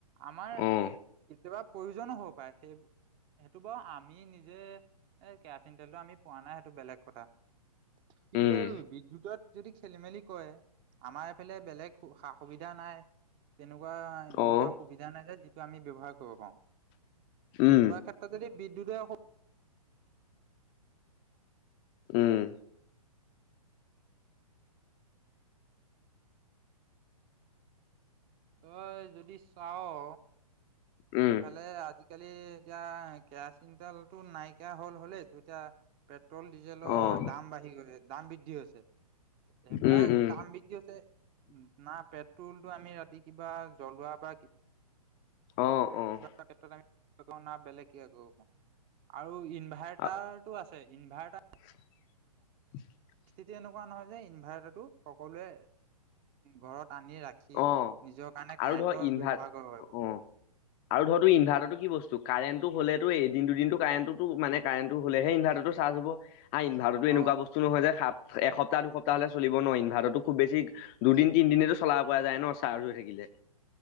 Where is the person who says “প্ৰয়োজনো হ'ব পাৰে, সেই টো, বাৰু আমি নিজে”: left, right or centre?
Right